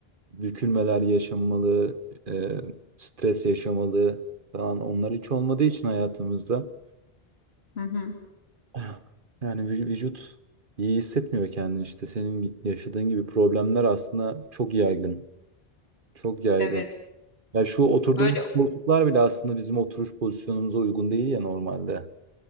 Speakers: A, on the right (about 55°); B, on the left (about 80°).
A: bükülmeler yaşanmalı, e, stres yaşamalı falan onlar hiç olmadığı için hayatımızda
B: Hı hı.
A: <clears throat> yani vü- vücut iyi hissetmiyor kendini işte senin yaşadığın gibi problemler aslında çok yaygın. Çok yaygın.
B: Evet.
A: Ya şu oturduğumuz
B: Ya Böyle
A: koltuklar bile aslında bizim oturuş pozisyonumuza uygun değil ya normalde.